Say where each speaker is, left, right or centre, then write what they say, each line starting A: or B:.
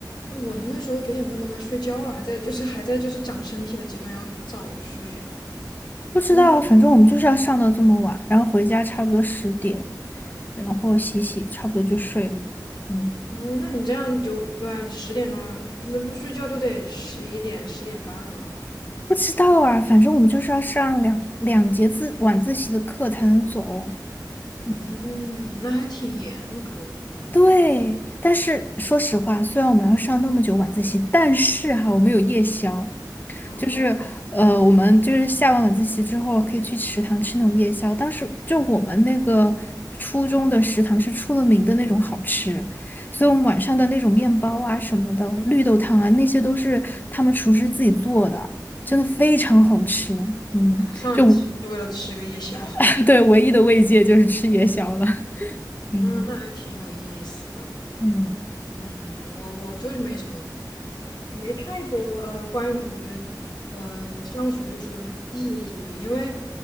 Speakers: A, on the left (about 70°); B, on the left (about 25°).
A: 我那个时候九点半都该睡觉了，还在就是还在就是长身体的阶段，要早睡啊。
B: 不知道，
A: 嗯
B: 反正我们就是要上到这么晚，然后回家差不多十点，然后洗洗，差不多就睡了。嗯，
A: 嗯，那你这样就对啊，你十点钟那不睡觉都得十一点、十点半了。
B: 不知道啊，反正我们就是要上两两节自晚自习的课才能走哦。嗯。
A: 嗯，那还挺严格的
B: 对，但是说实话，虽然我们要上那么久晚自习，但是哈，我们有夜宵，
A: 哦。
B: 就是呃，我们就是下完晚自习之后可以去食堂吃那种夜宵。当时就我们那个初中的食堂是出了名的那种好吃，所以我们晚上的那种面包啊什么的，绿豆汤啊那些都是他们厨师自己做的，真的非常好吃。嗯，
A: <laughs> 上一次是为了吃个夜宵，
B: 就 <laughs> 对，唯一的慰藉就是吃夜宵了。<laughs>
A: 嗯，
B: 嗯
A: 那还挺有意思的。
B: 嗯，
A: 嗯，我我就没什么也没太多了关于呃上学的时候的记忆了，因为